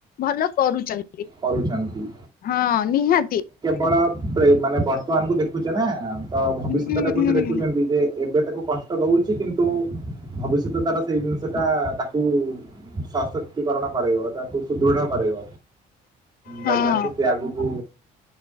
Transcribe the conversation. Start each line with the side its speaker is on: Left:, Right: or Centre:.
Left: ଭଲ କରୁଛନ
Right: କରୁଛନ୍ତି।
Left: ହଁ ନିହାତି।
Right: ବଳ ପ୍ରେ ମାନେ ବର୍ତ୍ତମାନ କୁ ଦେଖୁଛେ ନା ତ ଭବିଷ୍ୟତ
Left: ହୁଁ
Right: ଟାକୁ
Left: ହୁଁ
Right: ସେ ଦେଖୁଛନ୍ତି ଯେ। ଏବେ ତାକୁ କଷ୍ଟ ଦଉଛି କିନ୍ତୁ ଭବିଷ୍ୟତ ତାର ସେଇ ଜିନିଷଟା ତାକୁ ସ ସଶକ୍ତିକରଣ କରେଇବ ତାକୁ ସୁଦୃଢ କରେଇବ।
Left: ହଁ
Right: ଯା ଦ୍ୱାରା କି ସେ ଆଗୁକୁ।